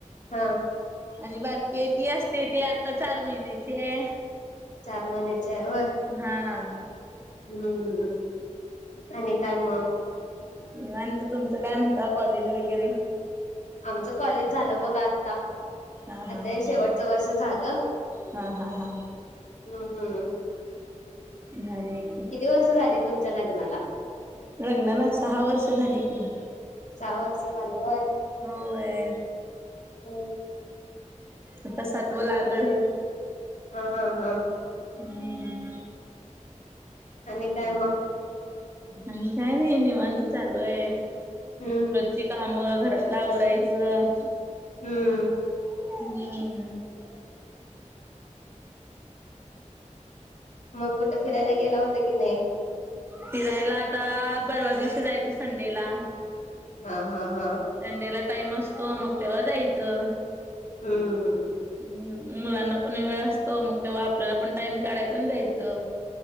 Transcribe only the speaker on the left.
हा!
चार महिनेची आहे होय?
हम्म आणि काय मग?
आमचं कॉलेज झालं बघा आता.
हे
शेवटचं
वर्ष झालं
हम्म
किती वर्ष झाली तुमच्या लग्नाला?
सहा वर्ष झालंय होत
हम!
हा हा हा!
आणि काय मग?
हम्म
हम्म!
मग कुठे फिरायला गेला होता की नाही?
हा हा हा!
हम्म!